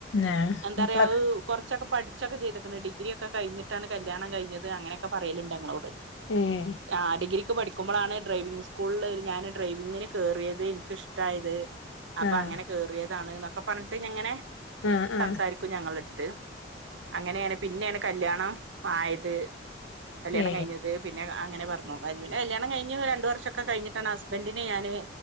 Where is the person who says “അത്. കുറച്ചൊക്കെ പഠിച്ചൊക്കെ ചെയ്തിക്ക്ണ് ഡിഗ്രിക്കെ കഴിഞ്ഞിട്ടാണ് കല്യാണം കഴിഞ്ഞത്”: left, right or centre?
Right